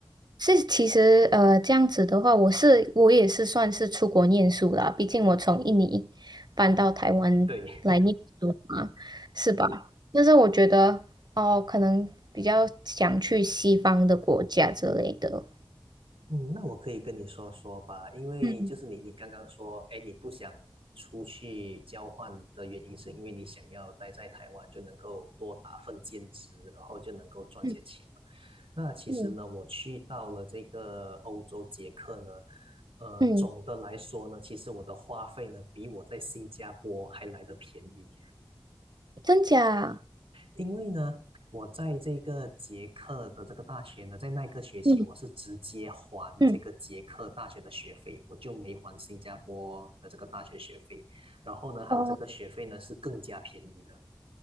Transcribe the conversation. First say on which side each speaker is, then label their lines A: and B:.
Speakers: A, on the right; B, on the right.
A: 是，其实呃，这样子的话，我是我也是算是出国念书啦，毕竟我从印尼搬到台湾来念书嘛，
B: 对，
A: 是吧？但是我觉得哦，可能比较想去西方的国家之类的。
B: <laughs> 嗯，那我可以跟你说说吧，因为就是你你刚刚说，
A: 嗯
B: 哎，你不想出去交换的原因是因为你想要待在台湾，就能够多打份兼职，然后就能够赚些钱嘛。
A: 嗯
B: 那其实呢，
A: 嗯
B: 我去到了这个欧洲捷克呢，呃，
A: 嗯，
B: 总的来说呢，其实我的花费呢，比我在新加坡还来得便宜，
A: 真假？
B: 因为呢，我在这个捷克的这个大学呢，在那个学期我是直接还这个捷克大学的学费，
A: 嗯嗯
B: 我就没还新加坡的这个大学学费，然后呢，它的这个学费呢是更加便宜的。
A: 哦